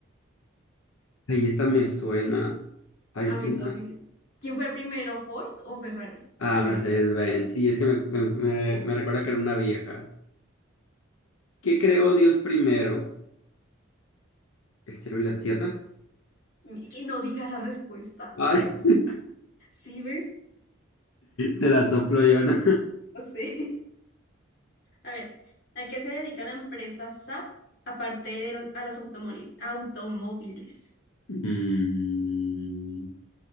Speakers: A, on the left; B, on the left.
A: Ahí esta me suena. Hay
B: a mí
A: una.
B: también. ¿Quién fue primero, Ford o Ferrari?
A: Ah,
B: Mercedes.
A: Mercedes-Benz. Sí, es que me, me, me- me recuerda que era una vieja. ¿Qué creó Dios primero? ¿El cielo y la tierra?
B: Mm, Que no diga la respuesta.
A: Ay, <laughs>
B: ¿Sí ve?
A: te la soplo yo, ¿no?
B: No sé. <laughs> A ver, ¿a qué se dedica la empresa SAP aparte de los- a los automoli- automóviles?
A: Mm,